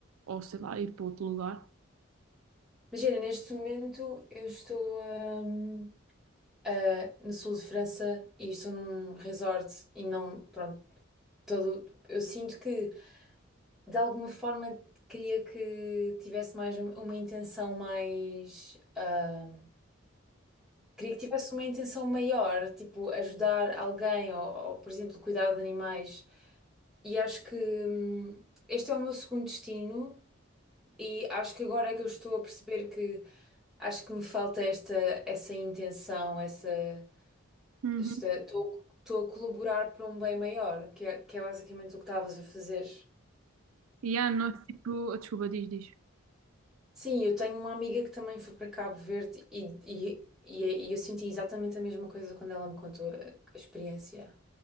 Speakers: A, on the right; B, in the centre.
A: ou sei lá, ir para outro lugar?
B: Imagina, neste momento eu estou hum, ah, no sul de França e estou num resort e não, pronto, todo, eu sinto que de alguma forma queria que tivesse mais um- uma intenção mais ah, queria que tivesse uma intenção maior, tipo ajudar alguém ou, ou, por exemplo cuidar de animais. E acho que hum, este é o meu segundo destino e acho que agora é que eu estou a perceber que acho que me falta esta essa intenção, essa
A: Uhum.
B: esta estou estou a colaborar para um bem maior, que é, que é basicamente o que estavas a fazer.
A: E ah, nós tipo, ah, desculpa, diz, diz.
B: Sim, eu tenho uma amiga que também foi para Cabo Verde e, e, e, e eu senti exatamente a mesma coisa quando ela me contou a, a experiência.